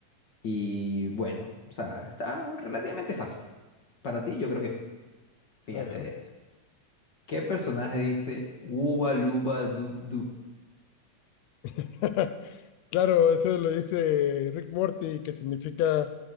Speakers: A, on the left (about 45°); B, on the left (about 75°).
A: y bueno, o sea, está relativamente fácil. Para ti, yo creo que sí. Fíjate
B: A ver.
A: de esto. ¿Qué personaje dice uba luba dub dub?
B: <laughs> Claro, eso lo dice Rick Morty, que significa